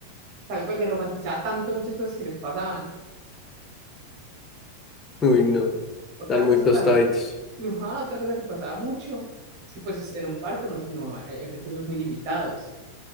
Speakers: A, on the right; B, on the left.
A: tal cual, se romantizaba tanto muchas cosas que les pasaban.
B: Uy, no,
A: Ot- Otra
B: están muy
A: cosa
B: tostaditos.
A: también que, ajá, otra cosa que pasaba mucho es que pues en un barco no, no hay, hay recursos muy limitados